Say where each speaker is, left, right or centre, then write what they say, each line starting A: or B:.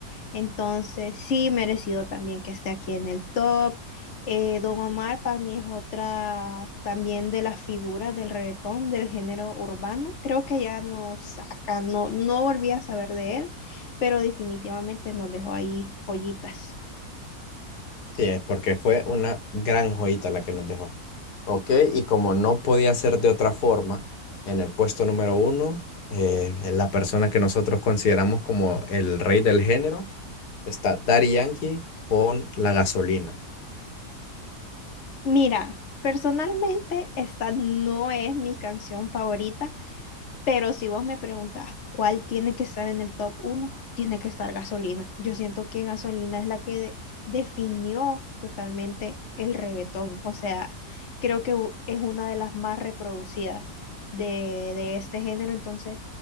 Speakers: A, on the left; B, on the left.
A: Entonces, sí, merecido también que esté aquí en el top. Eh, Don Omar para mí es otra también de las figuras del reggaetón, del género urbano. Creo que ya no saca, no, no volví a saber de él, pero definitivamente nos dejó ahí joyitas.
B: Sí, es porque fue una gran joyita la que nos dejó. Ok, y como no podía ser de otra forma, en el puesto número uno, eh, en la persona que nosotros consideramos como el rey del género, está Daddy Yankee con La Gasolina.
A: Mira, personalmente esta no es mi canción favorita, pero si vos me preguntás cuál tiene que estar en el top uno, tiene que estar Gasolina. Yo siento que Gasolina es la que de- definió totalmente el reggaetón. O sea, creo que u- es una de las más reproducidas de, de este género, entonces